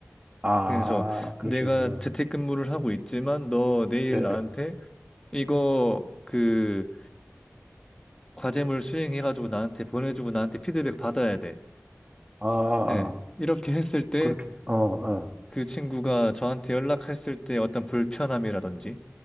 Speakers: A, on the right; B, on the left.
A: 아,
B: 그래서
A: 그러시구나.
B: 내가 재택근무를 하고 있지만 너 내일
A: 네.
B: 나한테 이거 그 과제물 수행해가지고 나한테 보내주고 나한테 피드백 받아야 돼.
A: 아, 아,
B: 예. 이렇게 했을 때
A: 그렇게. 어, 어.
B: 그 친구가 저한테 연락했을 때 어떤 불편함이라든지